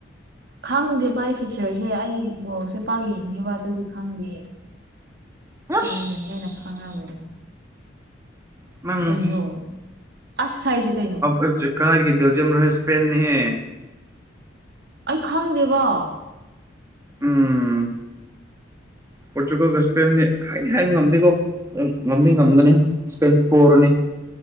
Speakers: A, on the right (about 60°); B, on the right (about 15°).
A: ꯈꯪꯗꯦꯕ ꯐꯤꯆꯔꯁꯦ ꯑꯩ ꯕꯣꯜꯁꯦ ꯄꯥꯛ ꯌꯦꯡꯗꯦꯕ ꯑꯗꯨꯗꯤ ꯈꯪꯗꯦ
B: ꯑꯁ
A: ꯅꯣꯏꯅ ꯍꯦꯟꯅ ꯈꯪꯉꯝꯒꯅꯤ
B: ꯅꯪ
A: ꯀꯩꯅꯣ ꯑꯁ ꯍꯥꯢꯔꯤꯁꯦ ꯀꯩꯅꯣ
B: <inaudible> ꯀꯥꯢꯒꯤ ꯕꯦꯜꯖꯤꯌꯝ ꯔꯣ ꯁꯄꯦꯟꯅꯤꯍꯦ
A: ꯑꯩ ꯈꯪꯗꯦꯕ
B: ꯎꯝ ꯄ꯭ꯔꯣꯇꯨꯒꯜꯒ ꯏꯁꯄꯦꯟꯗꯤ ꯍꯥꯏꯗꯤ ꯍꯥꯏꯕ ꯉꯝꯗꯦꯀꯣ ꯉꯝꯅꯤ ꯉꯝꯒꯅꯤ ꯢꯁꯄꯦꯟ ꯄꯣꯔꯅꯤ